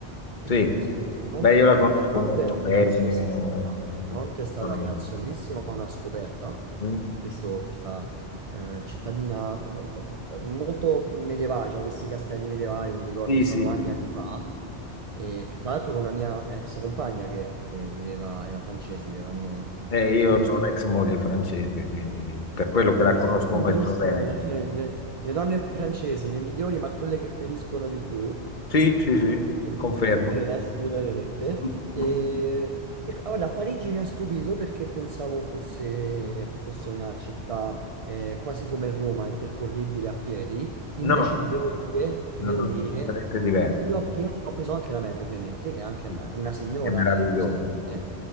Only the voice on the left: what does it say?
sì.
Beh, io
la conosco
molto
bene.
eh,
sono-
mm,
Sì,
sì,
sì.
Eh, io
ho un'ex moglie francese, quindi per quello
che
la conosco
molto
bene.
Sì, sì, sì,
confermo.
<laughs>
No,
No,
no,
completamente diverso.
sì.
È meraviglioso.